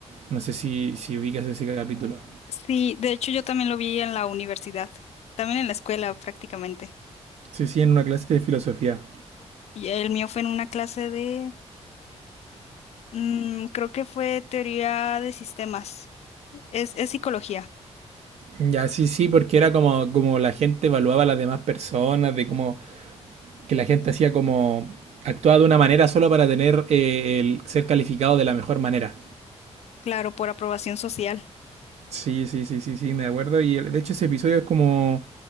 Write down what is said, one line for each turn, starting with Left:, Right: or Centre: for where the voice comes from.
Right: No sé si, si ubicas ese capítulo.
Left: Sí, de hecho yo también lo vi en la universidad, también en la escuela prácticamente.
Right: Sí, sí, en una clase de filosofía.
Left: Y el mío fue en una clase de, mm, creo que fue teoría de sistemas. Es, es psicología,
Right: Ya, sí, sí, porque era como, como la gente evaluaba a las demás personas, de cómo que la gente hacía como actuaba de una manera solo para tener eh, el ser calificado de la mejor manera.
Left: claro, por aprobación social.
Right: Sí, sí, sí, sí, sí, me acuerdo. Y el- de hecho ese episodio es como,